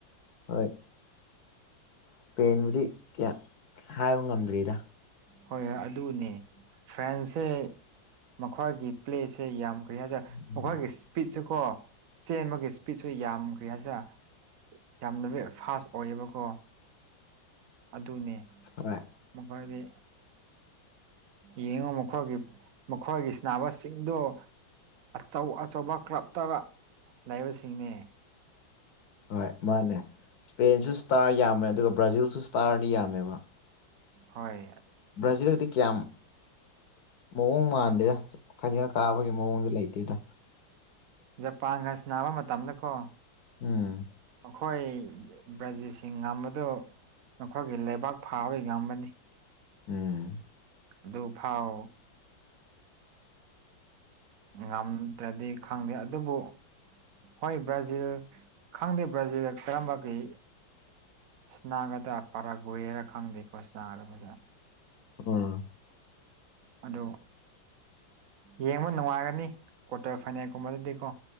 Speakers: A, on the left; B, on the right.
A: ꯍꯣꯏ ꯏꯁꯄꯦꯟꯕꯨꯗꯤ ꯀꯌꯥ ꯍꯥꯏꯕ ꯉꯝꯗ꯭ꯔꯤꯗ
B: ꯍꯣꯏ ꯍꯣꯏ ꯑꯗꯨꯅꯦ ꯐ꯭ꯔꯦꯟꯁꯁꯦ ꯃꯈꯣꯏꯒꯤ ꯄ꯭ꯂꯦꯁꯦ ꯌꯥꯝ ꯀ ꯍꯥꯏꯁꯤꯔꯦ
A: ꯎꯝ
B: ꯃꯈꯣꯏꯒꯤ ꯏꯁꯄꯤꯠꯁꯨ ꯀꯣ ꯆꯦꯟꯕꯒꯤ ꯏꯁꯄꯤꯠꯁꯨ ꯌꯥꯝꯈ꯭ꯦ ꯍꯥꯏꯁꯤꯔ ꯌꯥꯝꯅ ꯐꯥꯁ ꯑꯣꯏꯌꯦꯕꯀꯣ ꯑꯗꯨꯅꯤ
A: ꯍꯣꯏ
B: ꯃꯈꯣꯏꯗꯤ ꯌꯦꯡꯉꯨ ꯃꯈꯣꯏꯒꯤ ꯃꯈꯣꯏꯒꯤ ꯁꯅꯕꯁꯤꯡꯗꯣ ꯑꯆꯧ ꯑꯆꯧꯕ ꯀ꯭ꯂꯞꯇꯒ ꯂꯩꯕꯁꯤꯡꯅꯦ
A: ꯍꯣꯏ ꯃꯥꯅꯦ ꯏꯁꯄꯦꯟꯁꯨ ꯏꯁꯇꯥꯔ ꯌꯥꯝꯃꯦ ꯑꯗꯨꯒ ꯕ꯭ꯔꯥꯖꯤꯜꯁꯨ ꯏꯁꯇꯥꯔꯅꯤ ꯌꯥꯝꯃꯦꯕ
B: ꯍꯣꯏ
A: ꯕ꯭ꯔꯥꯖꯤꯜꯒꯤꯗꯤ ꯀꯌꯥꯝ ꯃꯑꯣꯡ ꯃꯥꯟꯗꯦꯗ ꯐꯅꯅ ꯀꯥꯕꯒꯤ ꯃꯑꯣꯡꯗꯤ ꯂꯩꯇꯦꯗ
B: ꯖꯄꯥꯟꯒꯁ ꯅꯥꯕ ꯃꯇꯝꯗꯀꯣ
A: ꯎꯝ
B: ꯑꯩꯈꯣꯏ ꯕ꯭ꯔꯥꯖꯤꯠꯁꯤꯡ ꯉꯝꯕꯗꯣ ꯅꯈꯣꯏꯒꯤ ꯂꯩꯕꯥꯛ ꯐꯥꯕꯒꯕ
A: ꯎꯝ
B: ꯑꯗꯨ ꯐꯥꯎ ꯉꯝꯗ꯭ꯔꯗꯤ ꯈꯪꯗꯦ ꯑꯗꯨꯕꯨ ꯍꯣꯏ ꯕ꯭ꯔꯥꯖꯤꯜ ꯈꯪꯗꯦ ꯕ꯭ꯔꯥꯖꯤꯜꯒ ꯀꯔꯝꯕ ꯀꯩ ꯁ ꯅꯥꯒꯗ꯭ꯔꯥ ꯄꯔꯥ ꯣꯏꯦꯔꯥ ꯈꯪꯗꯦꯀꯣ ꯁꯅꯥꯒꯗꯖꯅ
A: ꯑꯣ
B: ꯑꯗꯣ ꯌꯦꯡꯕ ꯅꯨꯡꯉꯥꯏꯒꯅꯤ ꯀ꯭ꯋꯥꯇꯔ ꯐꯥꯏꯅꯦꯜꯒꯨꯝꯕꯗꯗꯤꯀꯣ